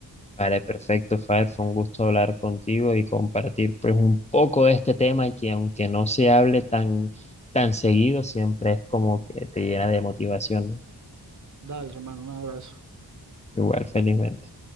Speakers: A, on the left; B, on the right.
A: Vale, perfecto, Fire, fue un gusto hablar contigo y compartir pues un poco de este tema que aunque no se hable tan, tan seguido, siempre es como que te llena de motivación, ¿no?
B: Dale, hermano, un abrazo.
A: Igual, felizmente.